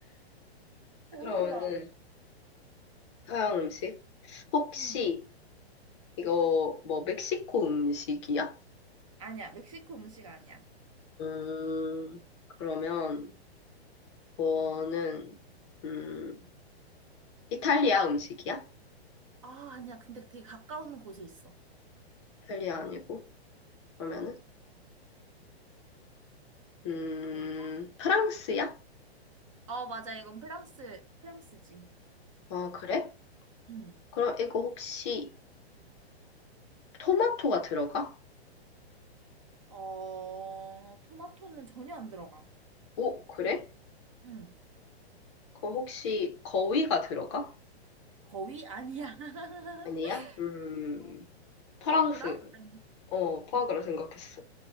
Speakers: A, on the left (about 30°); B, on the right (about 30°).
A: 그러면은,
B: 해봐.
A: 서양 음식? 혹시,
B: 응.
A: 이거, 뭐, 멕시코 음식이야?
B: 아니야, 멕시코 음식 아니야.
A: 음, 그러면, 뭐는, 음, 이탈리아 음식이야?
B: 아, 아니야. 근데 되게 가까운 곳에 있어.
A: 이탈리아 아니고, 그러면은, 음,
B: 뭘까?
A: 프랑스야?
B: 아, 맞아. 이건 프랑스, 프랑스지.
A: 아, 그래?
B: 응.
A: 그럼 이거 혹시, 토마토가 들어가?
B: 어, 토마토는 전혀 안 들어가.
A: 오, 그래?
B: 응.
A: 그 혹시 거위가 들어가?
B: 거의 아니야. <laughs>
A: 아니야? 음,
B: 어,
A: 프랑스.
B: 푸아그라? 아니야.
A: 어, 포악으로
B: 음.
A: 생각했어.